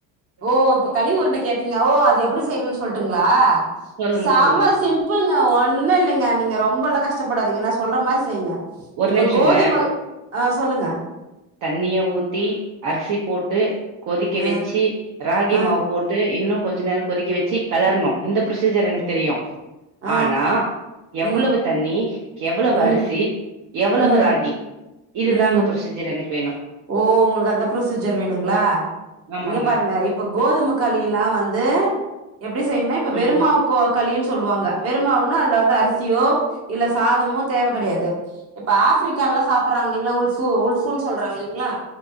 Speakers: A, on the right (about 40°); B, on the right (about 60°).
A: ஓ இப்ப கழிஉருண்ட கேட்டீங்க ஓ அது எப்டி செய்யணும்னு சொல்லட்டுங்களா
B: சொல்லுங்க,
A: செம
B: சொல்லுங்க.
A: சிம்பிளுங்க ஒண்ணு இல்ங்க நீங்க ரொம்பல கஷ்டப்படாதீங்கன்னா நா சொல்ற மாரி செய்யுங்க
B: ஒரு
A: இப்ப
B: நிமிஷங்க.
A: கோதும ஆ சொல்லுங்க
B: தண்ணிய ஊத்தி அரிசி போட்டு கொதிக்க வச்சு
A: ஆ
B: ராகி
A: ஆ
B: மாவு போட்டு இன்னு கொஞ்சம் நேரம் கொதிக்கி வச்சு கலரணு இந்த ப்ரொசீஜர் எனக்கு தெரியும்
A: ஆ
B: ஆனா
A: ம்
B: எவ்வளவு தண்ணி எவ்வளவு
A: ம்
B: அரிசி எவ்வளவு
A: ம்
B: ராகி இதுதாங்க
A: ம்
B: பரொசீஜர் எனக்கு வேணு
A: ஓ உங்களுக்கு அந்த ப்ரொசீஜர் வேணுங்களா
B: ஆமாங்க
A: இங்க பாருங்க இப்ப கோதுமக் கழில்லா வந்து எப்படி என்ன இப்ப வெறும்மாவு
B: ம்
A: கோ களின்னு சொல்லுவாங்க வெறுமாவுன்னா அதுல வந்து அரிசியோ இல்ல சாதமோ தேவை கெடையாது இப்ப ஆப்பிரிக்கால எலாம் சாப்பிடறாங்க இள்ளங்களா உல்ஃபு உல்ஃபுன்னு சொல்றாங்கல்லீங்களா